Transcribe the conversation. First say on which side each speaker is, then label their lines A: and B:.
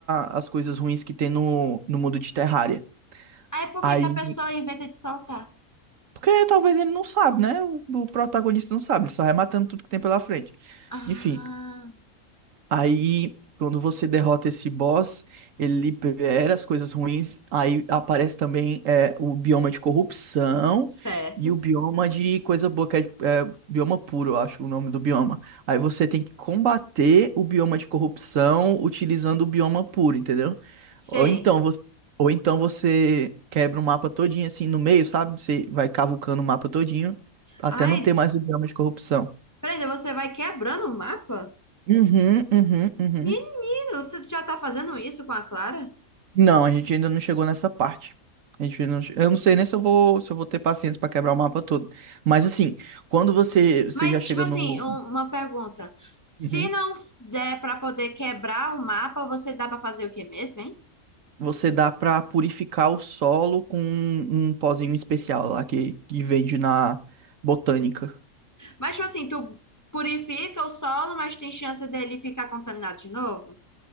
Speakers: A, on the right (about 65°); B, on the left (about 15°).
A: as coisas ruins que tem no, no mundo de Terraria.
B: Aí por
A: Aí.
B: que que a pessoa inventa de soltar?
A: Porque talvez ele não sabe, né? O, o protagonista não sabe, ele só vai matando tudo que tem pela frente.
B: Ah,
A: Enfim. Aí, quando você derrota esse boss, ele libera as coisas ruins. Aí aparece também é, o bioma de corrupção
B: certo.
A: e o bioma de coisa boa, que é, é, bioma puro, eu acho o nome do bioma. Aí você tem que combater o bioma de corrupção utilizando o bioma puro, entendeu?
B: Sei.
A: Ou então você, ou então você quebra o mapa todinho assim no meio, sabe? Você vai cavucando o mapa todinho até
B: Ai,
A: não ter mais o bioma de corrupção.
B: Peraí, você vai quebrando o mapa?
A: Uhum, uhum, uhum.
B: Menino, você já tá fazendo isso com a Clara?
A: Não, a gente ainda não chegou nessa parte. A gente ainda não... che- Eu não sei nem se eu vou, se eu vou ter paciência pra quebrar o mapa todo. Mas assim, quando você, você
B: Mas,
A: já chega
B: tipo assim,
A: no.
B: um- uma pergunta. Se
A: Uhum.
B: não der pra poder quebrar o mapa, você dá pra fazer o que mesmo, hein?
A: Você dá pra purificar o solo com um, um pozinho especial lá que, que vende na botânica.
B: Mas, tipo assim, tu purifica o solo, mas tem chance dele ficar contaminado de novo?